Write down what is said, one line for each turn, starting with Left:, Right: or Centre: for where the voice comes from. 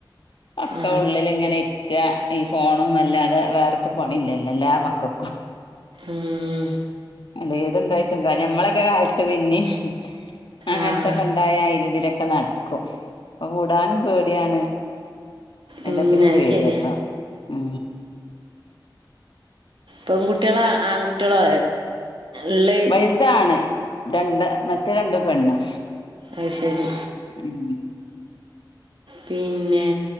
Left: അക്കെ
Right: ആ
Left: ഉള്ളിൽ ഇങ്ങനെ ഇരി ക്കുക ഈ ഫോണും അല്ലാതെ വേറെത്ത പണി ഇല്ലല്ലോ എല്ലാ മക്കൾക്കും
Right: ഉം.
Left: അല്ല ഏതുണ്ടായിട്ട് എന്താ ഞമ്മളൊക്കെ കാലത്ത് പിന്നെയും അങ്ങനത്തൊക്കെ
Right: ആ
Left: ഉണ്ടായ അതിലെ ഇതിലെയൊക്കെ നടക്കും ഇപ്പൊ വിടാനും പേടിയാണ് എല്ലാത്തിനും
Right: ഉം അത്
Left: പേടിയ
Right: ശരിയാ
Left: അപ്പ ഉ
Right: പെൺകുട്ടികളോ ആൺകുട്ടികളോ ഉള്ള
Left: വലുതാണ് രണ്ട് മറ്റേ രണ്ടും പെണ്ണും
Right: അ ശെ ശരി
Left: ഉം
Right: പിന്നെ